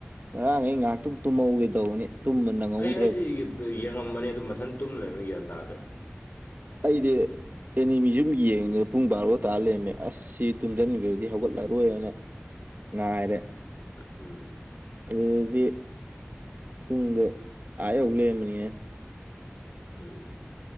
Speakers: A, on the right (about 45°); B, on the left (about 60°).
A: ꯉꯔꯥꯡꯈꯩ
B: ꯎꯝ
A: ꯉꯥꯏꯍꯥꯛꯇꯪ ꯇꯨꯝꯍꯧꯒꯦ ꯇꯧꯕꯅꯤ ꯇꯨꯝꯕ ꯅꯪꯍꯧꯗ꯭ꯔꯕ
B: ꯑꯩ ꯍꯥꯏꯗꯤ ꯌꯦꯡꯉꯝꯕꯅꯦ ꯑꯗꯨꯝ ꯃꯊꯟ ꯇꯨꯝ ꯂꯩꯔꯝꯃꯦ ꯒ꯭ꯌꯥꯟ ꯇꯥꯗ꯭ꯔꯦ
A: ꯑꯩꯗꯤ ꯑꯦꯅꯤꯃꯤꯌꯨꯖꯨꯝ ꯌꯦꯡꯉꯤꯗ ꯄꯨꯡ ꯕꯥꯔꯣ ꯇꯥꯔ ꯂꯩꯔꯝꯃꯦ ꯑꯁ ꯁꯤ ꯇꯨꯝꯁꯤꯟꯈ꯭ꯔꯗꯤ ꯍꯧꯒꯠꯂꯔꯣꯏꯅ ꯉꯥꯏꯔꯦ
B: ꯎꯝ
A: ꯑꯗꯨꯗꯤ ꯄꯨꯡꯗꯣ ꯑꯥ ꯌꯧ ꯂꯩꯔꯝꯕꯅꯤꯅꯦ <unintelligible>
B: ꯎꯝ